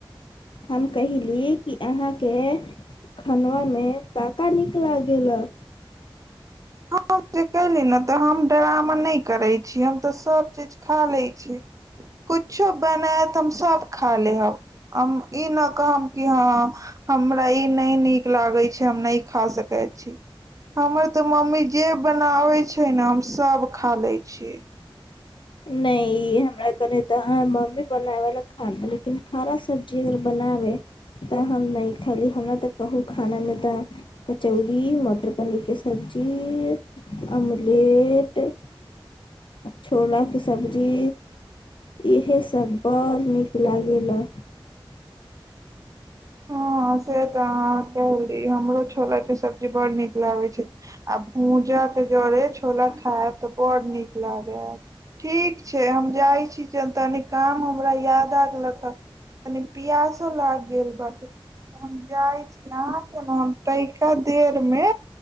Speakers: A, on the left (about 60°); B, on the right (about 35°).
A: हम कहैली कि, अहाँके खनवा में काऽका नीक लागैलऽ?
B: हम जे कैली ने तऽ हम ड्रामा नय करैय छी हम तऽ सब चीज खा लैऽ छी। कुछो बनैऽत हम सभ खा लेहब, हम ई न कहब कि हँ हमरा ई नय नीक लागै छै हम नय खा सकै छी। हमर तऽ मम्मी जे बनावे छै ने हम सब खा लै छियै। <unintelligible>
A: नै हमरा कनि तऽ ह मम्मी बनाबै लए खाना लेकिन हरा सब्जी अगर बनाबै, तऽ हम नय खली, हमरा तऽ कहू खानामे तऽ कचौड़ी, मटर पनीर के सब्जी, अमलेट छोलाके सब्जी, इहे सभ बड़ऽ नीक लागैलऽ।
B: हँ से तऽ अहां के लीह हमरो छोला के सब्जी बड़ नीक लागै छै। आ भूजा के जरे, छोला खैब तऽ बड नीक लागैऽ। ठीक छै, हम जाइ छी च तनि काम हमरा याद आगल त कनि प्यासो लाग गेल बा हम जाइ छी, अहाँ के ने हम तैका देर में